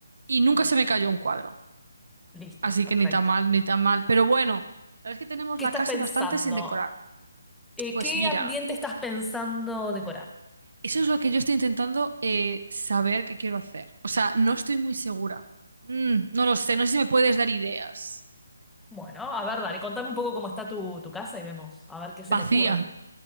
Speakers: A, on the right; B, in the centre.
A: y nunca se me cayó un cuadro.
B: Listo,
A: Así
B: perfecto.
A: que ni tan mal, ni tan mal. Pero bueno, la verdad es que tenemos
B: ¿Qué
A: la
B: estás
A: casa
B: pensando?
A: bastante sin decorar.
B: Eh,
A: Pues
B: ¿qué
A: mira,
B: ambiente estás pensando decorar?
A: eso es lo que yo estoy intentando eh, saber qué quiero hacer. O sea, no estoy muy segura. Mm, no lo sé, no sé si me puedes dar ideas.
B: Bueno, a ver, dale, contame un poco cómo está tu, tu casa y vemos, a ver qué se
A: Vacía.
B: me ocurre.